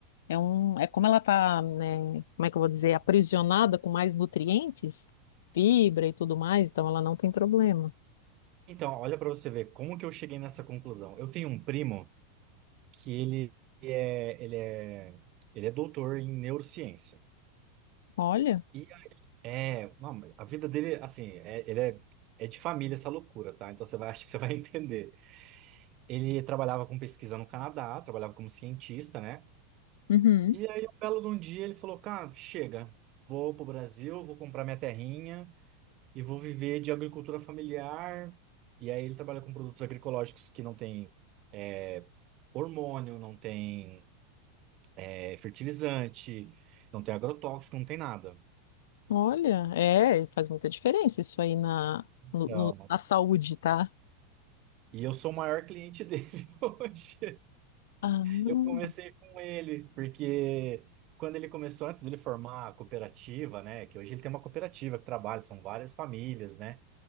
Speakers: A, on the left; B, on the right.
A: É um, é como ela tá, né, como é que eu vou dizer, aprisionada com mais nutrientes, fibra e tudo mais, então ela não tem problema.
B: Então, olha pra você ver como que eu cheguei nessa conclusão. Eu tenho um primo que ele é, ele é, ele é doutor em neurociência.
A: Olha,
B: E aí, é, não, mas a vida dele, assim, é, ele é, é de família essa loucura, tá? Então você vai, <laughs> acho que você vai entender. Ele trabalhava com pesquisa no Canadá, trabalhava como cientista, né?
A: Uhum.
B: E aí, um belo de um dia, ele falou: Cara, chega, vou pro Brasil, vou comprar minha terrinha e vou viver de agricultura familiar. E aí, ele trabalha com produtos agroecológicos que não tem é, hormônio, não tem é, fertilizante, não tem agrotóxico, não tem nada.
A: olha, é, faz muita diferença isso aí na,
B: Então,
A: no- no- na saúde, tá?
B: e eu sou o maior cliente dele <laughs> hoje.
A: Ah, não,
B: Eu comecei com ele, porque quando ele começou, antes dele formar a cooperativa, né? Que hoje ele tem uma cooperativa que trabalha, são várias famílias, né?